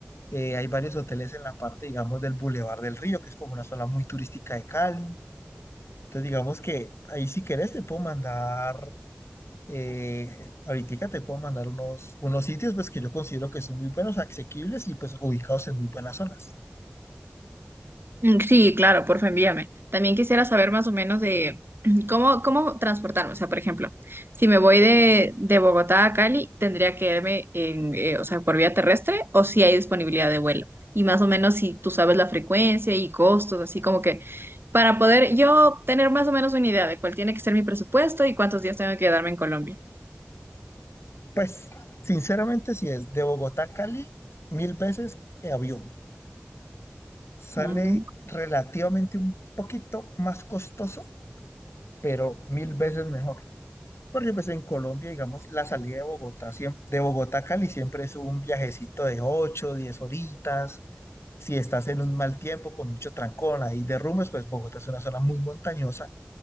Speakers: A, on the left; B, on the right.
A: Eh, hay varios hoteles en la parte, digamos, del Boulevard del Río, que es como una zona muy turística de Cali. Entonces, digamos que ahí si querés te puedo mandar, eh, ahorita te puedo mandar unos, unos sitios pues que yo considero que son muy buenos, asequibles y pues ubicados en muy buenas zonas.
B: Mm, Sí, claro, porfa, envíame. También quisiera saber más o menos de mm, cómo, cómo transportarme. O sea, por ejemplo, si me voy de, de Bogotá a Cali, ¿tendría que irme en, eh, o sea, por vía terrestre o si hay disponibilidad de vuelo? Y más o menos si tú sabes la frecuencia y costos, así como que para poder yo tener más o menos una idea de cuál tiene que ser mi presupuesto y cuántos días tengo que quedarme en Colombia.
A: Pues, sinceramente, si es de Bogotá a Cali, mil veces eh, avión. sale
B: Ujú.
A: relativamente un poquito más costoso, pero mil veces mejor. Porque pues en Colombia, digamos, la salida de Bogotá, siem- de Bogotá a Cali siempre es un viajecito de 8, 10 horitas. Si estás en un mal tiempo, con mucho trancón, ahí derrumbes, pues Bogotá es una zona muy montañosa.